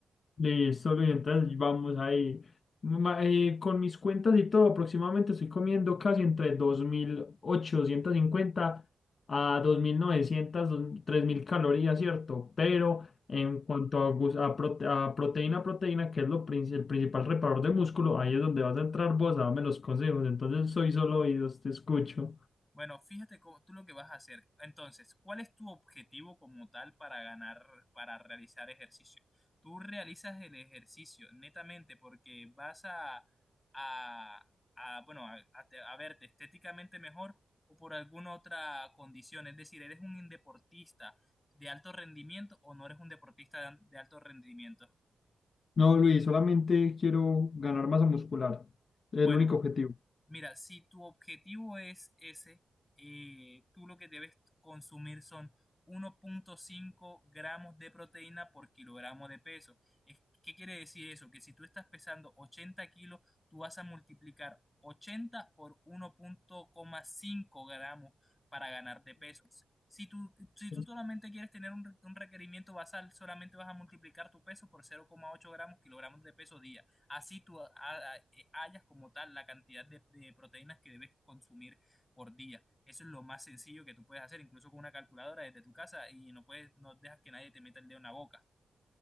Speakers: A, on the left; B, on the left.
A: Listo, Luis, entonces vamos ahí. Ma- eh, con mis cuentas y todo, aproximadamente estoy comiendo casi entre 2.850 a 2.900, dos- 3.000 calorías, ¿cierto? Pero en cuanto a, gus- a, prote- a proteína, proteína, que es lo prin- el principal reparador de músculo, ahí es donde vas a entrar vos a darme los consejos. Entonces soy solo oídos, te escucho.
B: Bueno, fíjate cómo, tú lo que vas a hacer. Entonces, ¿cuál es tu objetivo como tal para ganar, para realizar ejercicio? Tú realizas el ejercicio netamente porque vas a, a, a, bueno, a, a te- a verte estéticamente mejor o por alguna otra condición. Es decir, ¿eres un deportista de alto rendimiento o no eres un deportista de, de alto rendimiento?
A: No, Luis, solamente quiero ganar masa muscular. Es
B: Bueno,
A: el único objetivo.
B: Mira, si tu objetivo es ese, eh, tú lo que debes consumir son 1.5 gramos de proteína por kilogramo de peso. Es- ¿Qué quiere decir eso? Que si tú estás pesando 80 kilos, tú vas a multiplicar 80 por 1.5 gramos para ganar de peso. Si tú, si
A: Sí.
B: tú solamente quieres tener un, re- un requerimiento basal, solamente vas a multiplicar tu peso por 0,8 gramos, kilogramos de peso día así tú ha- ha- hallas como tal la cantidad de, de proteínas que debes consumir por día. Eso es lo más sencillo que tú puedes hacer, incluso con una calculadora desde tu casa y no puedes, no dejas que nadie te meta el dedo en la boca.